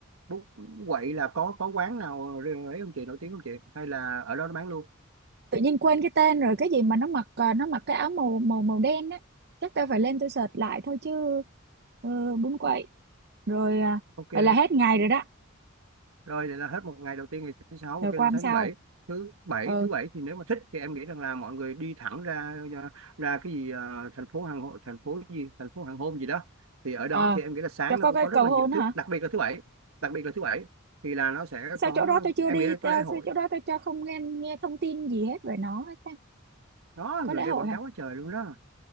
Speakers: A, on the right; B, on the right.
A: bún quậy là có có quán nào ờ, ấy không chị nổi tiếng không chị hay là ở đó nó bán luôn
B: tự nhiên quên cái tên rồi cái gì mà nó mặc ờ, nó mặc cái áo màu màu màu đen á chắc tao phải lên tôi search lại thôi chứ ừ, bún quậy rồi à,
A: ok
B: vậy là hết ngày rồi đó
A: rồi vậy là hết một ngày đầu tiên ngày thứ sáu
B: rồi
A: ok lên
B: qua hôm
A: sáng
B: sau
A: thứ bảy thứ bảy
B: ừ
A: thứ bảy thì nếu mà thích thì em nghĩ rằng là mọi người đi thẳng ra ờ, ra cái gì ờ, thành phố hàng hội thành phố gì thành phố hàng hôm gì đó thì ở đó
B: à
A: thì em nghĩ là sáng
B: cho có
A: nó cũng
B: cái
A: có rất
B: cầu
A: là
B: hôn
A: nhiều
B: hả
A: thứ đặc biệt là thứ bảy đặc biệt là thứ bảy thì là nó sẽ
B: sao
A: có
B: chỗ đó tôi chưa
A: em
B: đi
A: nghĩ là
B: ta-
A: có lễ hội
B: sao chỗ đó tôi cho không nghe nghe thông tin gì hết về nó hết ta
A: đó
B: có
A: người
B: lễ
A: đây
B: hội
A: quảng
B: hả
A: cáo quá trời luôn đó